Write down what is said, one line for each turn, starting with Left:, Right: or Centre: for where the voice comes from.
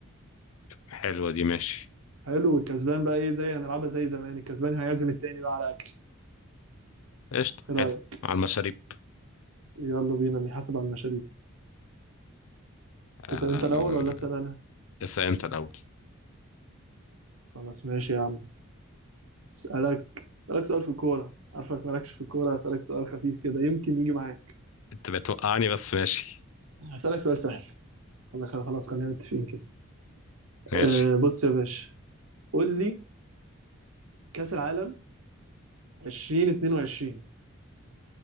Left: حلوه دي ماشي
Right: حلو والكسبان بقى ايه زي هنلعبها زي زمان الكسبان هيعزم التاني بقى على اكل
Left: قشطه
Right: ايه
Left: حلو
Right: رايك
Left: على المشاريب
Right: يلا بينا نحاسب على المشاريب
Left: آه...
Right: تسال انت الاول ولا اسال انا
Left: اسال انت الاول
Right: خلاص ماشي يا عم اسالك اسالك سؤال في الكوره عارفك مالكش في الكوره اسالك سؤال خفيف كده يمكن يجي معاك
Left: انت بتوقعني بس ماشي
Right: هسالك سؤال سهل خلاص خلاص خلينا متفقين كده
Left: ماشي
Right: أه بص يا باشا قول لي كأس العالم 2022